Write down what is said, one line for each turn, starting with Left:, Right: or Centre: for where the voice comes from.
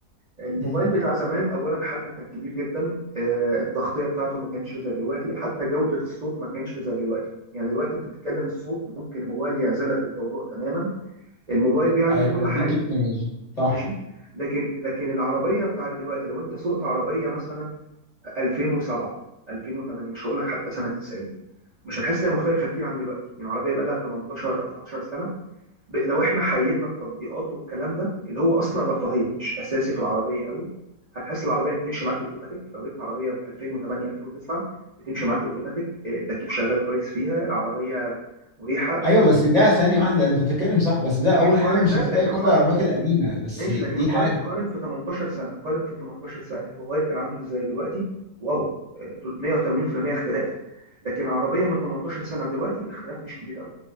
Right: الموبايل
Left: مم.
Right: بتاع زمان اولا حجمه كان كبير جدا آه، التغطيه بتاعته ما كانتش زي دلوقتي حتى جوده الصوت ما كانتش زي دلوقتي يعني دلوقتي انت بتتكلم الصوت ممكن الموبايل يعزلك الضوضاء تماما الموبايل بيعمل
Left: ايوه
Right: كل حاجه
Left: دي تكنولوجيا صح
Right: ماشي لكن لكن العربيه بتاعت دلوقتي لو انت سوقت عربيه مثلا 2007 2008 مش هقول لك حتى سنه 90 مش هتحس انها مختلفه كتير عن دلوقتي يعني عربيه بقى لها 18 او 19 سنه ب- لو احنا حيدنا التطبيقات والكلام ده اللي هو اصلا رفاهيه مش اساسي في العربيه قوي هتحس العربيه بتمشي معاك اوتوماتيك لو جبت عربيه 2008 2009 بتمشي معاك اوتوماتيك آه، التكييف شغال كويس فيها العربيه مريحه
Left: ايوه
Right: يعني
Left: بس ده ثانيه واحده انت بتتكلم صح بس ده
Right: لكن
Left: اول
Right: قارن
Left: حاجه مش
Right: ده
Left: هتلاقي
Right: لكن
Left: كل
Right: قارن
Left: العربيات القديمه بس
Right: ماشي
Left: دي
Right: لكن قارن
Left: حاجه
Right: قارن في 18 سنه قارن في 18 سنه الموبايل كان عامل ازاي دلوقتي واو آه، 180% اختلاف لكن العربيه من 18 سنه دلوقتي الاختلاف مش كبير قوي